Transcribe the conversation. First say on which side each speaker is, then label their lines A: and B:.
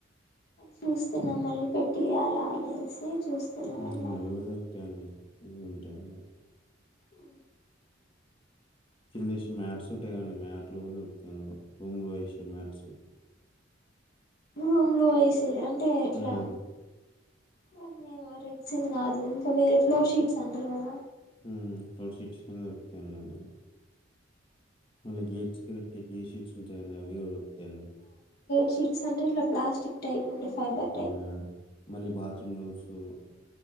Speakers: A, on the left; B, on the left.
A: చూస్తున్నాం మళ్ళీ పెట్టియాల అనేసి చూస్తున్నాం
B: ఉ
A: అనమాట
B: అవి కూడా దొరుకుతాయండి వు అంటాన్నా
A: ఉ
B: కిందేసి మ్యాట్స్ ఉంటాయి కాండి మ్యాట్లు కూడా తృప్తిందడం రూమ్ లో వేసే మ్యాట్స్
A: రూమ్లో వేసేవి అంటే ఎట్లా
B: హ్మ్.
A: అన్నీమ రెగ్జన్ కాదు ఇంకా వేరే ఫ్లోర్ షీట్స్ అంటారు కదా
B: ఉ ఫ్లోర్ షీట్స్ గాని దొరుకుతాయి అందులో మళ్ళీ గేట్స్ కి పెట్టటి గేట్ షీట్స్ ఉంటాయండి అవి తెని
A: చీట్స్ అంటే ఇట్లా ప్లాస్టిక్ టైపు ఉంట ఫైబర్ టైప్
B: అవి గాని మళ్ళీ బాత్రూమ్ డోర్సు